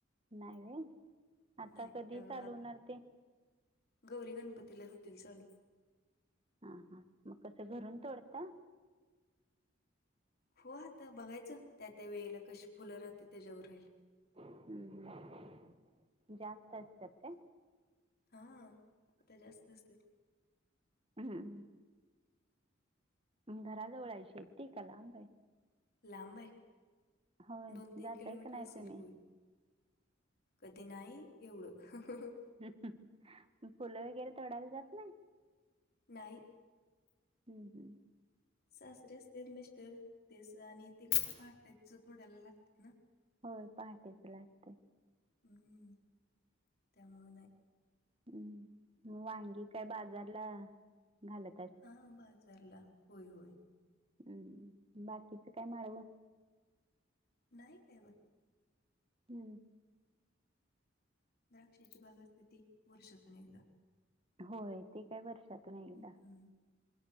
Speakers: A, on the right (about 30°); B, on the left (about 55°).
A: नाही व्हय आता
B: नाही
A: कधी
B: अ
A: चालू
B: आत-
A: होणार ते?
B: गौरी गणपतीला होतील चालू.
A: हा हा मग कसं घरून तोडता.
B: हो आता बघायचं त्या त्या वेळेला कशी फुलं राहते त्याच्यावर राहील.
A: हम्म हम् जास्त असत्यात काय?
B: हा आता जास्त असते.
A: हम्म. घराजवळ आहे शेती का लांब आहे.
B: लांब आहे
A: होय
B: दोन तीन
A: जाताय
B: किलोमीटर
A: का नाही
B: असेल
A: तुम्ही
B: होय. कधी नाही एवढं.
A: मग फुलं वगैरे तोडायला जात नाही?
B: नाही.
A: हम् हम्.
B: सासरे असते मिस्टर तेच आणि ते पाहाठायच थोडायला लागतंय ना.
A: होय पहाटेच लागते.
B: हम्म हम्म त्यामुळे नाही.
A: हम् मग वांगी काय बाजारला घालत
B: हां, बाजारला. होय, होय.
A: हम्म बाकीचं काय माळवं?
B: न
A: हम्म.
B: द्राक्षाची बाग असते ती वर्षातून एकदा
A: होय ते काय वर्षातून एकदा.
B: हम्म,